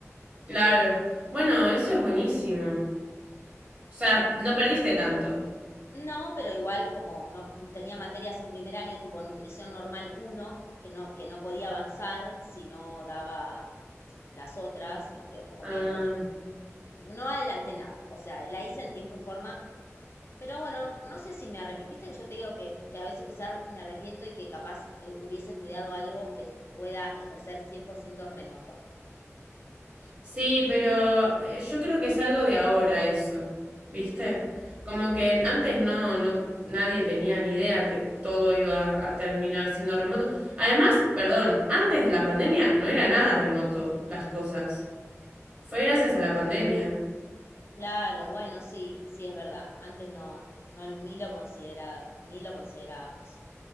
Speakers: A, on the right; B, on the left.
A: Claro. Bueno, eso es buenísimo. O sea, no perdiste tanto.
B: No, pero igual como no tenía materias en primer año, tipo nutrición normal uno que no, que no podía avanzar si no daba las otras, ¿viste? O Como
A: Ah.
B: que me- no adelanté nada. O sea, la hice en tiempo y forma, pero bueno, no sé si me arrepiento. Viste que yo te digo que, que a veces quizás me arrepiento y que capaz eh, hubiese estudiado algo que pueda ejercer cien por ciento remoto.
A: Sí, pero eh, yo creo que es algo de ahora eso, ¿viste? Como que antes no, no, nadie tenía ni idea que todo iba a terminar siendo remoto. Además, perdón, antes de la pandemia no era nada remoto las cosas. Fue gracias a la pandemia.
B: Claro, bueno, sí, sí es verdad. Antes no, no, ni lo consideraba, ni lo considerábamos.